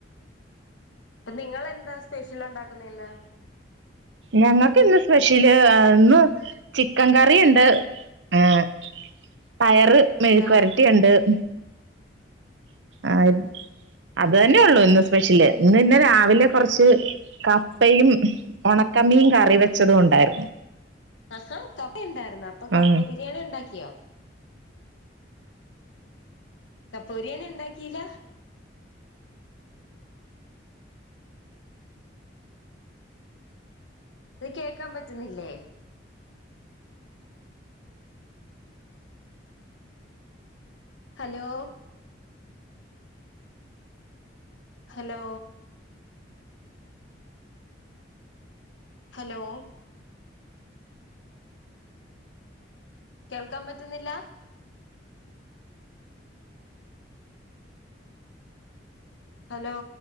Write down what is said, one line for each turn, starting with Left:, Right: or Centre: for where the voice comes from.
Left: പ്പ നിങ്ങളെന്താ സ്പെഷ്യലുണ്ടാക്കുന്നെ ഇന്ന്?
Right: ഞങ്ങക്കിന്ന് സ്പെഷ്യല് ഹ് ഇന്ന് ചിക്കൻ കറിയുണ്ട് ഏഹ്. പയറ് മെഴുക്ക്വരട്ടിണ്ട്
Left: ആഹ്
Right: ഹ്. ആഹ് അത് തന്നെ ഒള്ളു ഇന്ന് സ്പെഷ്യല് ഇന്ന്ന്നെ രാവിലെ കൊറച്ച്. കപ്പയും ഒണക്കമീൻ കറി വെച്ചതുണ്ടായിരുന്നു.
Left: ആഹ കപ്പ ഉണ്ടായിരുന്നോ അപ്പൊ കപ്പ
Right: ഉം
Left: ബിരിയാണി ണ്ടാക്കിയോ? കപ്പ ബിരിയാണിണ്ടാക്കീലാഹ്. ഇത് കേക്കാൻ പറ്റുന്നില്ലേ? ഹലോ? ഹലോ? ഹലോ? കേൾക്കാൻ പറ്റുന്നില്ല? ഹലോ?